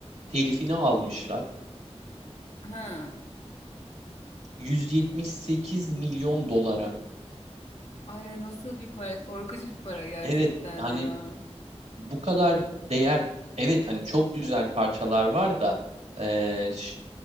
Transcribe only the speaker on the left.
Hı.
Ay nasıl bir para? Korkunç bir para gerçekten
ya.